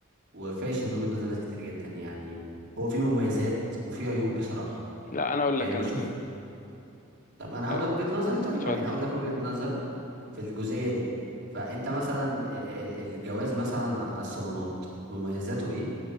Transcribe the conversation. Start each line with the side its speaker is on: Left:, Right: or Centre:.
Right: وفاشل من وجهة نظر ناس كتير جدا يعني هو فيه مميزات وفيه عيوب بصراحة
Left: لا انا اقول
Right: يعني
Left: لك
Right: بشوف
Left: انا طيب
Right: طب انا هقول
Left: آه،
Right: لك وجهة نظري طيب
Left: اتفضل
Right: يعني هقول لك وجهة نظري في الجزئية دي فانت مثلا ال- الجواز مثلا على الصالونات مميزاته ايه